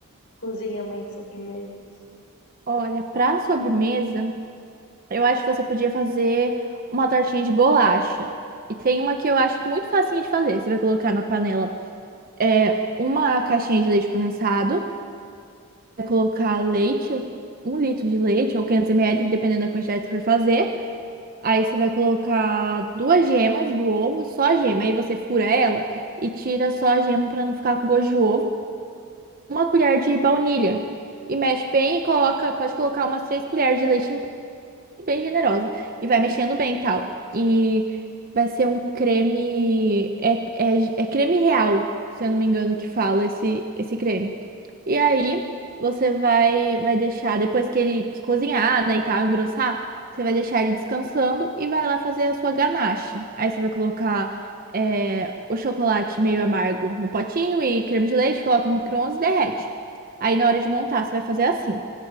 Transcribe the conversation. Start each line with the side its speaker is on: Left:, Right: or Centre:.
Left: cozinha muito sobremesas.
Right: Olha, pra sobremesa, eu acho que você podia fazer uma tortinha de bolacha. E tem uma que eu acho muito facinho de fazer. Você vai colocar na panela. é uma caixinha de leite condensado, vai colocar leite, um litro de leite ou quinhentos ml, dependendo da quantidade que você for fazer. Aí você vai colocar duas gemas do ovo, só a gema. Aí você fura ela e tira só a gema para não ficar com gosto de ovo. Uma colher de baunilha. E mexe bem e coloca, pode colocar umas três colheres de leite em bem generosa. E vai mexendo bem e tal. E vai ser um creme. É, é, é creme real, se eu não me engano, que fala esse, esse creme. E aí, você vai, vai deixar, depois que ele que cozinhar, né, e tal, engrossar, você vai deixar ele descansando e vai lá fazer a sua ganache. Aí você vai colocar. é, o chocolate meio amargo no potinho e creme de leite, coloca no micro-ondas e derrete. Aí na hora de montar, você vai fazer assim: